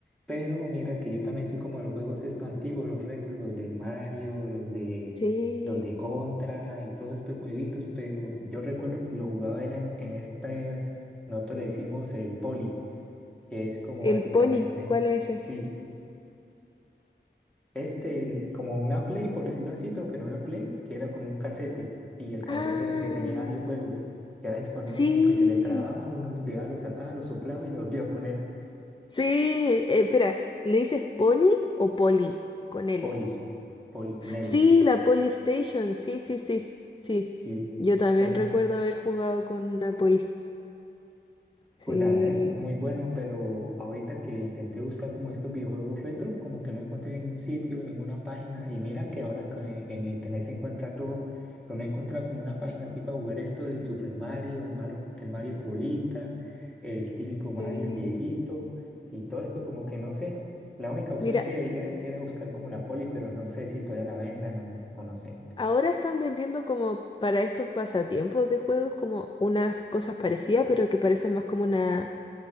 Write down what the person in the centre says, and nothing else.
pero mira que yo también soy como de los juegos estos antiguos, los retros, los del Mario, los de
los de Contra y todos estos jueguitos, pero yo recuerdo que lo jugaba era en, en estas, nosotros le decimos el poli, que es como
básicamente,
sí, este, el- como una Play, por decirlo así, pero que no era Play, que era como un casete. Y el casete
era el que tenía varios juegos. Y a veces cuando
uno como que se le trababa, uno los llevaba, los sacaba, los soplaba y los volvía a poner.
Poli, Poli con L.
Sí,
em,
Pues la verdad es muy buena, pero ahorita que intenté buscar como estos videojuegos retro, como que no encontré ningún sitio, ninguna página. Y mira que ahora que en el internet se encuentra todo, pero no he encontrado como una página así para jugar esto del Super Mario, el Mario, el Mario Colita, el típico Mario,
el viejito, y todo esto como que no sé. La única opción
que veía era buscar como la Poli, pero no sé si todavía la vendan o, o no sé.